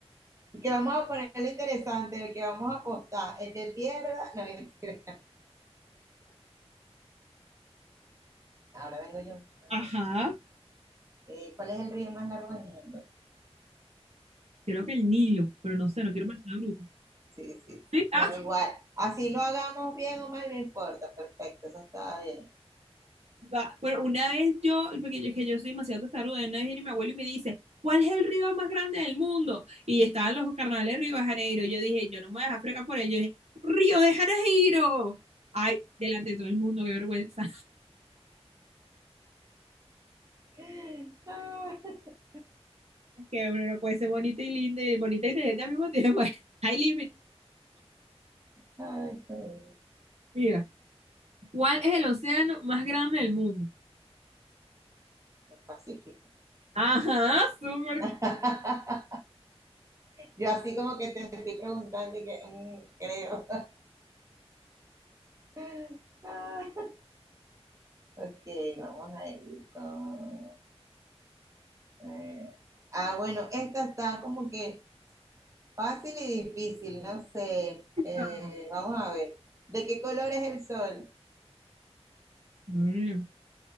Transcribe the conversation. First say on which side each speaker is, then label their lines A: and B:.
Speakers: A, on the right (about 30°); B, on the right (about 75°).
A: y que vamos a ponerle interesante, el que vamos a apostar, el que pierda, <laughs> no mentira. Ahora vengo yo. Ajá.
B: Ajá.
A: Eh, ¿cuál es el río más largo del mundo?
B: Creo que el Nilo, pero no sé, no quiero parecer una bruta.
A: Sí, sí, sí.
B: Sí, ah,
A: No, igual. Así lo hagamos bien o mal, no importa. Perfecto, eso está bien.
B: va. Bueno, una vez yo, porque yo, es que yo soy demasiado testaruda, una vez viene mi abuelo y me dice, ¿cuál es el río más grande del mundo? Y estaban los carnavales de Río de Janeiro. Yo dije, yo no me voy a dejar fregar por él. Yo dije, Río de Janeiro. Ay, delante de todo el mundo, qué vergüenza.
A: <laughs>
B: que uno no puede ser bonita y linda y bonita y inteligente al mismo tiempo. <laughs> Hay límites.
A: Ah, Ay, qué bonito.
B: Mira, ¿cuál es el océano más grande del mundo?
A: Pacífico.
B: Ajá, súper.
A: <laughs> Yo así como que te estoy preguntando y que mm, creo. <laughs> Ah, ok, vamos a ir con... eh, ah, bueno, esta está como que fácil y difícil, no sé.
B: cosa.
A: Eh, vamos a ver. ¿De qué color es el sol?
B: Mm,